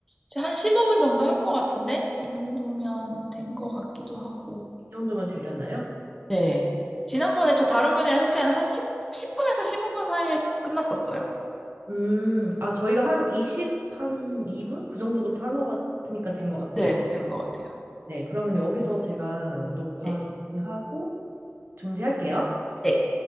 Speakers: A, in the centre; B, on the right.
A: 이제 한 15분 정도 한 것 같은데? 이 정도면 된 것 같기도 하고.
B: 이 정도면 되려나요?
A: 네. 지난번에 저 다른 분이랑 했을 때는 한 10분에서 15분 사이에 끝났었어요.
B: 음, 아, 저희가 한 20, 한이 분 그 정도부터 한 것 같으니까 된 것 같아요.
A: 네, 된 것 같아요.
B: 네, 그러면 여기서 제가 녹화
A: 네.
B: 중지하고, 중지할게요.
A: 네.